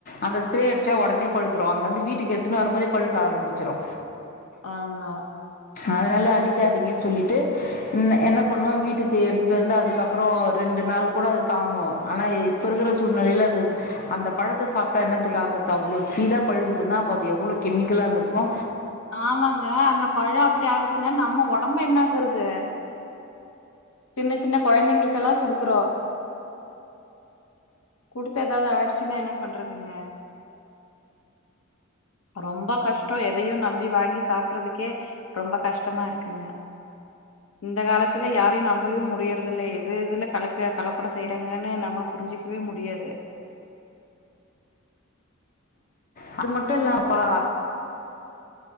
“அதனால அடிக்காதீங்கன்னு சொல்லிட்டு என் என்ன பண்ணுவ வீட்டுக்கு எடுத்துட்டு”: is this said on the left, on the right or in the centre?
Left